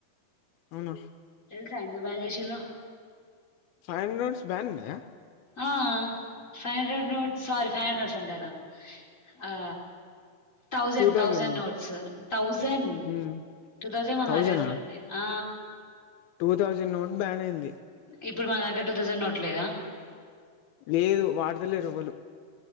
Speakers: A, on the left (about 80°); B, on the left (about 20°).
A: అవునా.
B: త ఎందుకు బ్యాన్ జెసిల్లో
A: ఫైవ్ హండ్రెడ్ నోట్స్ బ్యాన్ ఉన్నయా
B: ఆ five hundred notes sorry five hundred notes అంటన్నా ఆ thousand
A: two thousand
B: thousand notes thousand
A: ఉమ్
B: టూ థౌజండ్ మన
A: థౌజండా
B: దగ్గర ఇప్పుడు ఉన్నాయి ఆ
A: టూ తౌసండ్ నోట్ బ్యాన్ అయింది.
B: ఇప్పుడు మన దగ్గర టూ తౌజండ్ నోట్లేదా
A: లేదు వాడతలేరు ఎవలు